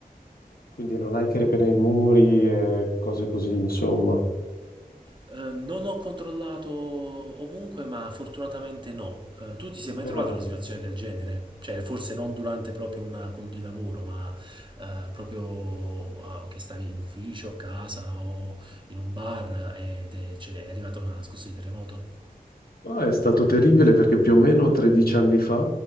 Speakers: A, on the left; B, on the right.
A: Quindi non hai tiri per i muri e cose così, insomma.
B: Eh, non ho controllato ovunque, ma fortunatamente no. Eh, tu ti sei mai
A: Meno
B: trovato
A: male.
B: in una situazione del genere? Cioè, forse non durante proprio una call di lavoro, ma eh, proprio ah, che stavi in ufficio, a casa o in un bar ed è, cioè, è arrivata una scossa di terremoto?
A: No, è stato terribile perché più o meno 13 anni fa